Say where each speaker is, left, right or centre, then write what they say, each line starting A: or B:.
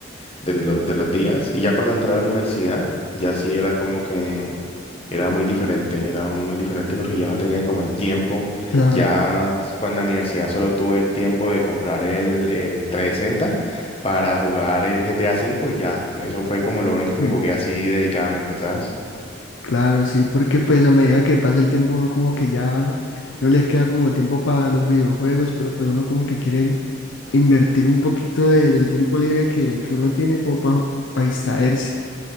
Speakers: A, on the left (about 30°); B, on the left (about 70°).
A: de, lo- de los días. Y ya cuando entré a la universidad, ya sí era como que era muy diferente, era muy diferente porque ya no tenía como el tiempo.
B: claro,
A: Ya s- cuando en la universidad solo tuve el tiempo de comprar el, el 360 para jugar el GTA cinco y ya, eso fue como lo único
B: mm,
A: que jugué así dedicadamente, ¿sabes?
B: claro, sí, porque pues a medida que pasa el tiempo uno como que ya no le queda como tiempo para los videojuegos, pero pues uno como que quiere invertir un poquito de- del tiempo libre que, que uno tiene como para distraerse.